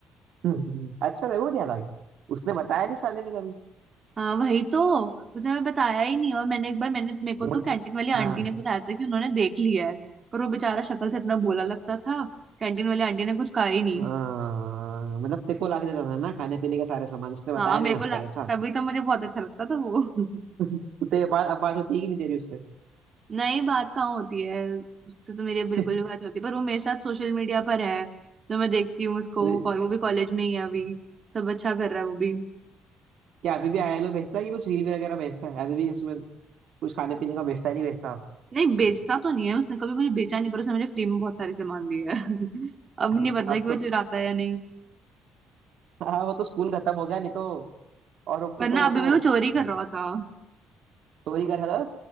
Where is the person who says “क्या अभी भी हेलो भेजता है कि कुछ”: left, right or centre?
Right